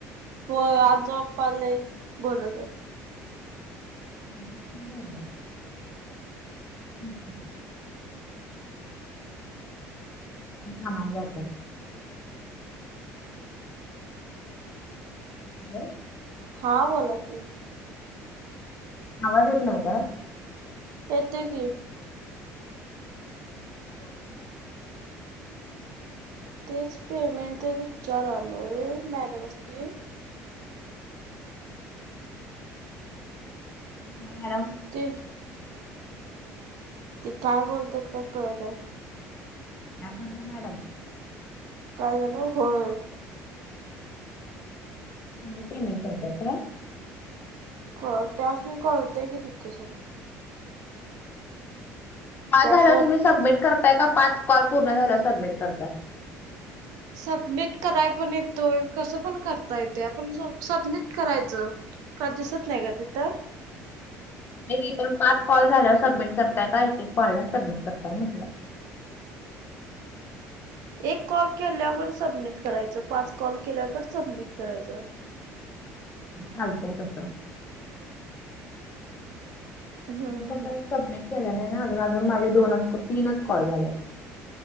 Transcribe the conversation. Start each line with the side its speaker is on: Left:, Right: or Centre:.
Right: हो आमचा बाप्पाला बोलायचं-
Left: णार <unintelligible> हम् हम कामाला जातात. हॅलो-
Right: हा बोला की-
Left: आवाज येत नाही का?
Right: येतोय की- तेच पेमेंटचा विचार आलोय मॅडमसनी-
Left: मॅडम-
Right: ते- ती काय बोलतात काय कळतय-
Left: आकांक्षा मॅडम-
Right: काय झालं? होय.
Left: त्यानी पेमेंट करतात का?
Right: क, त्यास्नी कळतय की तिथं सगळं.
Left: कॉल
Right: त्या
Left: झाल्याव
Right: कोण
Left: तुम्ही सबमिट करताय का? पाच कॉल पूर्ण झाल्याव सबमिट करताय?
Right: सबनिट कराय पण येतोय. कसं पण करता येतय. आपण स सबनिट करायचं. का, दिसत नाही का, तिथं?
Left: की, एकूण पाच कॉल झाल्यावर सबमिट करताय का? एक - एक कॉलला सबमिट करताय म्हटलं.
Right: एक कॉल केल्यावर सबनीट करायचं. पाच कॉल केल्याव पण सबनिट करायचं.
Left: चालतंय, तसं?
Right: हम्म
Left: कसं
Right: हम्म
Left: सबमिट केलं नाही ना, अजून. अजून माझे दोनच का तीनच कॉल झालेत.